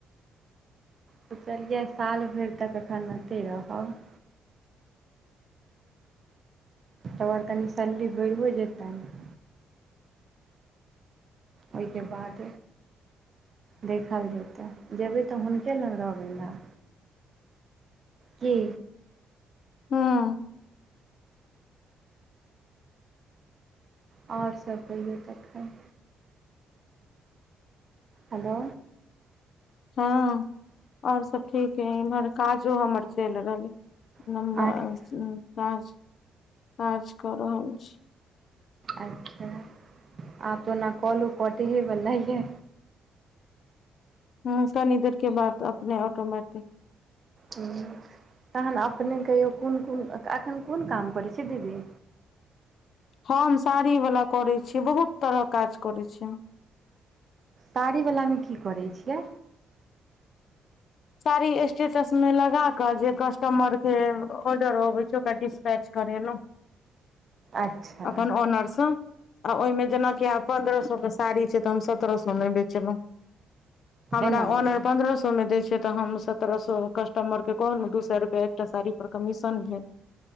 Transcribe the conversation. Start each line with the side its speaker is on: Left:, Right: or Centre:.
Right: सोचलियै साल भरि तक एखन अते रहब त आर कनि सैलरी बैरो जेतनि ओहिके बाद देखल जेतै जेबै तऽ हुनके लग रहबै ने की
Left: हूं
Right: आओर सब कहियो तखन हेलो
Left: हँ और सब ठीक यै इम्हर काजो हमर चलि रहलयै
Right: अहाँके
Left: काज काज क रहल छी
Right: अच्छा आब तो ओना कॉलो कटहे बला य
Left: हूं कनि देर के बाद त अपने ऑटोमटिक
Right: हूं तहन अपने कहियौ कोन कोन एखन कोन काम करै छी दीदी
Left: हम साड़ी वला करै छी बहुत तरहक काज करै छी हम
Right: साड़ी वलामे की करै छियै
Left: सारी स्टेटस में लगा क जे कस् टमर के ऑर्डर अबै छै होकरा डस्पैच करेलौं
Right: अच्छा
Left: अपन ऑनर स आ ओहिमे जेनाकि आब पन्द्रह सो के साड़ी छै तऽ हम सत्रह सएमे बेचलहुँ हमरा
Right: एना मे
Left: ऑनर पन्द्रह सो मे दै छिय तऽ हम सत्रह सो कस्टमरकेँ कहलहुँ दू सए रुपैआ दू से साड़ी पर कमीशन भेल